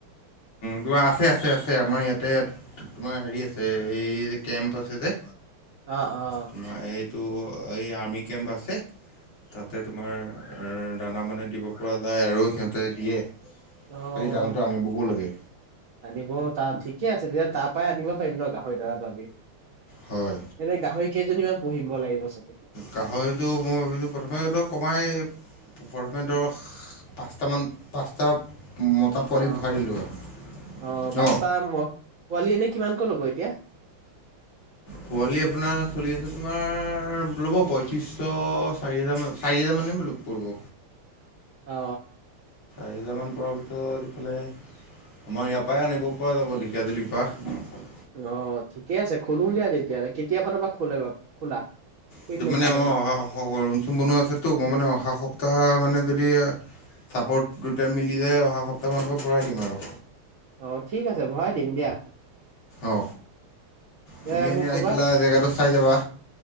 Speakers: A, on the left (about 65°); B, on the right (about 80°).
A: যোৱা আছে আছে আছে আমাৰ ইয়াতে তোমাৰ হেৰি আছে এই যে কেম্প আছে যে।
B: অহ অ
A: তোমাৰ এইটো এই আৰৰ্মি কেম্প আছে তাতে তোমাৰ দানা মানে দিব পৰা যায় আৰু সিহঁতে দিয়ে।
B: অ
A: খালি দানাটো
B: অ
A: আনিবগৈ লাগে।
B: আনিব ত ঠিকে আছে তেতিয়া তাৰ পৰাই আনিব পাৰিম ন গাহৰি দনাটো আমি।
A: হয়
B: এনেই গাহৰি কেইজনীমান পুহিব লাগিব চাগ?
A: গাহৰিটো মই ভাবিছো প্ৰথমেতো কমাই প্ৰথমেতো পাঁচটামান পাঁচটা মতা পোৱালি
B: অ
A: ভৰাই দিলোঁ হয়
B: অ
A: ন
B: পাঁচতা পোৱালি নে কিমানকৈ ল'ব এতিয়া?
A: পোৱালি আপোনাৰ চলি আছে তোমাৰ ল'ব পয়ত্ৰিশ চাৰি হোজাৰ মান চাৰি হোজাৰ মান। আনিবলে ক'ব।
B: অ
A: এহেজাৰমান পৰাৰ পিছত ইফালে আমাৰ ইয়াৰ পৰাই আনিব পৰা যাব ঢেকীয়াজুলিৰ পৰা।
B: অ ঠিকে আছে খোলো দিয়া তেতিয়াহলে কেতিয়াবা পা খোলে খোলা? খুলিলে
A: এইটো মানে
B: ভাল হ'ব
A: অহ ৰুম চুম বনোৱা আছে তো মই মানে অহা সপ্তাহ। মানে যদি চাপৰ্ট দুয়োটাই মিলি যায় অহা সপ্তাহমানৰ পৰা ভৰাই দিম আৰু।
B: অ ঠিক আছে ভৰাই দিম দিয়া।
A: অ তুমি
B: এ
A: এনে
B: মোক
A: আহি
B: কবা
A: পেলাই জেগাটো চাই যাবা।